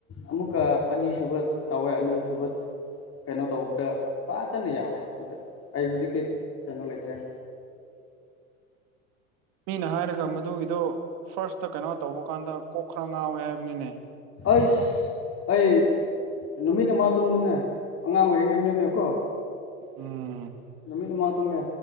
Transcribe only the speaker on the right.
ꯃꯤꯅ ꯍꯥꯏꯔꯒ ꯃꯗꯨꯒꯤꯗꯣ ꯐꯥꯔꯁꯇ ꯀꯩꯅꯣ ꯇꯧꯕ ꯀꯥꯟꯗ ꯀꯣꯛ ꯈꯔ ꯉꯥꯎꯋꯦ ꯍꯥꯏꯕꯅꯤꯅꯦ
ꯎꯝ